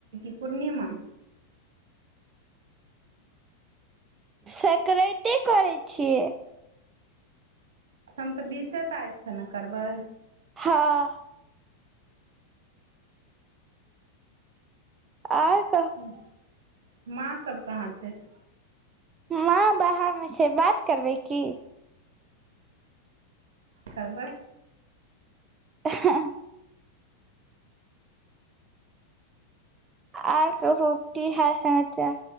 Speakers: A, on the right; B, on the right.
A: <unintelligible> पूर्णिमा।
B: सकराइते कोरै छियै।
A: तन त बीसे तारिकसँ ना करबै।
B: हाँ। ओर,,
A: ह माँ सब कहाँ छैथ।
B: माँ बाहर मे छै बात करबै की।
A: करबैय।
B: ऐ ह आर कहु कि हाल समाचार